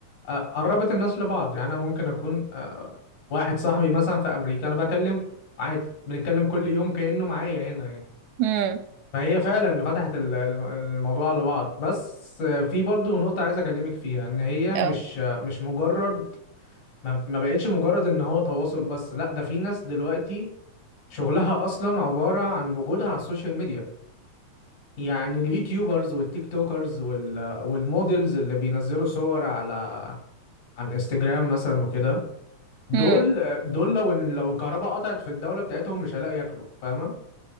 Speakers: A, on the left; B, on the right.
A: آه، قربت الناس لبعض يعني أنا ممكن أكون آه، واحد صاحبي مثلا في أمريكا أنا بكلمه عادي بنتكلم كل يوم كأنه معايا هنا يعني
B: امم
A: فهي فعلا فتحت ال- ال- الموضوع على بعض بس آه، في برضو نقطة عايز أكلمك فيها إن هي
B: اه
A: مش آه، مش مجرد ما ما بقتش مجرد إن هو تواصل بس لا ده في ناس دلوقتي شغلها أصلا عبارة عن وجودها على السوشيال ميديا يعني اليوتيوبرز والتيك توكرز وال... والمودلز اللي بينزلوا صور على على الانستجرام مثلا وكده دول
B: امم
A: دول لو لو الكهرباء قطعت في الدولة بتاعتهم مش هيلاقوا ياكلوا فاهمة؟